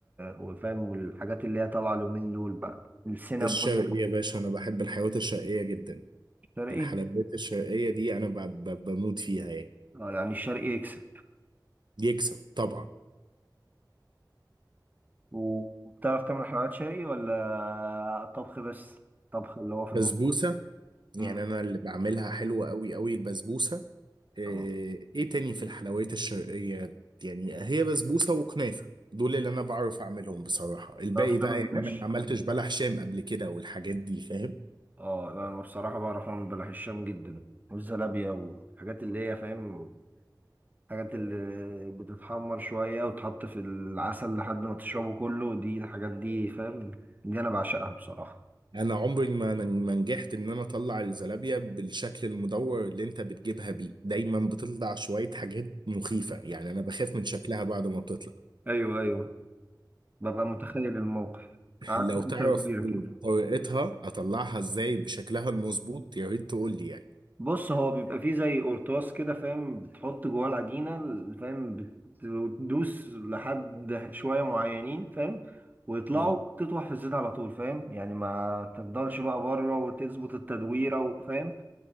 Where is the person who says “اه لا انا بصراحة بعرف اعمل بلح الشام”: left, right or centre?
Right